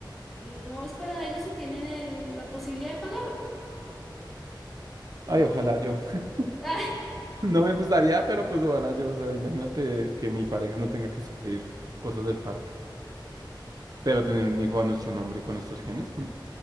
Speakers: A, in the centre; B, on the right.
A: no es para ellos si tienen el- la posibilidad de pagarlo. Pues,
B: Ay, ojalá yo. <laughs>
A: <laughs>
B: No me gustaría, pero pues ojalá yo. O sea, imagínate que mi pareja no tenga que sufrir cosas del parto, pero tener un hijo a nuestro nombre y con nuestros genes. mm.